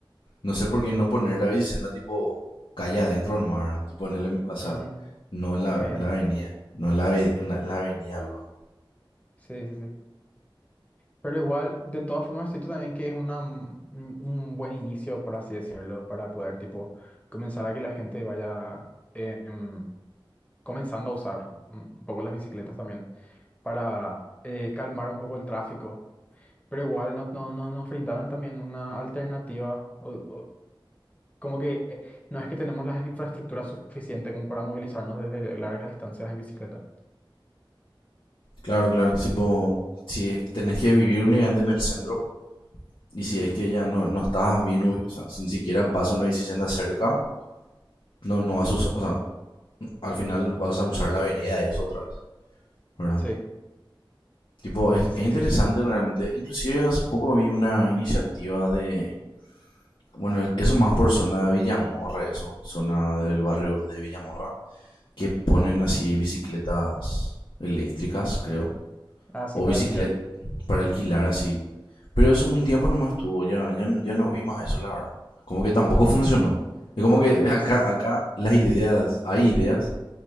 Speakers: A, on the left; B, on the left.
A: no sé por qué no poner la bicicenda tipo calle adentro nomás, ¿verdad? Tipo en el, em, o sea,
B: ujú,
A: no en la,
B: en la mediana.
A: en la avenida. No en la, ave- en la, en la avenida, luego.
B: Sí, sí, sí. Pero igual, de todas formas, siento también que es una, mm, un, un buen inicio, por así decirlo, para poder, tipo, comenzar a que la gente vaya em, comenzando a usar mm, un poco las bicicletas también para eh, calmar un poco el tráfico. Pero igual no, no, no nos brindaron también una alternativa. o- o- como que no es que tenemos las infraestructuras suficientes como para movilizarnos desde largas distancias en bicicleta.
A: Claro, claro. Tipo, si es- tenés que vivir únicamente en el centro y si es que ya no, no estás bien, ubi- o sea, si ni siquiera pasa una bicicenda cerca, no, no vas a usar, o sea, al final vas a usar la vereda y eso otra vez, ¿verdad?
B: Sí,
A: Tipo, es,
B: sí,
A: es interesante
B: sí, sí.
A: realmente. Inclusive hace poco vi una iniciativa de Bueno, eso más por zona de Villamorra, eso, zona del barrio de Villamorra, que ponen así bicicletas eléctricas, creo,
B: Ah, sí,
A: o
B: para
A: bicicleta
B: alquilar.
A: para alquilar así. Pero eso un tiempo nomás estuvo, ya, ya, no, ya no vi más eso, la verdad. Como que tampoco funcionó. Es como que <laughs> acá,
B: S-
A: acá las ideas, hay ideas,